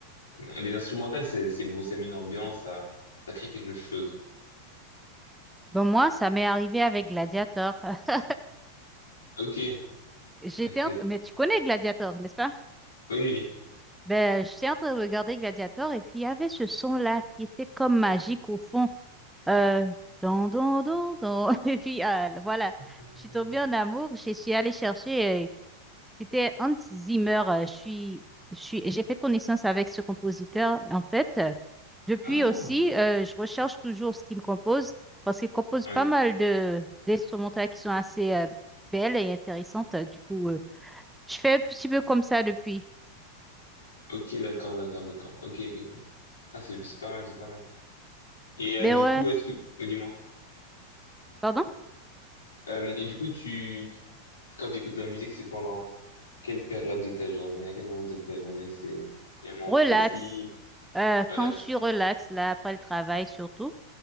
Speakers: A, on the left; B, in the centre.
A: Les instrumentales, c'est c'est beau, ça met une ambiance, ça, ça crée quelque chose.
B: Bon, moi, ça m'est arrivé avec Gladiator. <laughs>
A: Ok,
B: J'étais
A: ok.
B: en- Mais tu connais Gladiator, n'est-ce pas?
A: Oui,
B: Ben, j'étais en train de regarder Gladiator et puis il y avait ce son-là qui était comme magique au fond. Euh, don, don, don, don. <laughs> Et puis, euh, voilà,
A: oui.
B: je suis tombée en amour. Je suis allée chercher, euh, c'était Hans Zimmer. Euh, Je suis, je suis, j'ai fait connaissance avec ce compositeur. En fait, euh, depuis
A: Ah,
B: aussi, euh, je recherche toujours ce qu'il compose parce qu'il compose
A: ouais.
B: pas mal de d'instrumentales qui sont assez euh, belles et intéressantes. Du coup, euh, je fais un petit peu comme ça depuis.
A: Ok, d'accord, d'accord, d'accord. Ok, ok, ok. Ah, c'est c'est pas mal, c'est pas mal. Et euh,
B: Mais
A: du
B: ouais,
A: coup, est-ce que... oh, dis-moi.
B: pardon?
A: Euh, et du coup, tu, tu- quand tu écoutes de la musique, c'est pendant quelle période de ta journée, à quel moment de ta journée, c'est il y a un moment
B: Relax.
A: précis,
B: Euh,
A: relax.
B: quand je suis relax, là, après le travail surtout.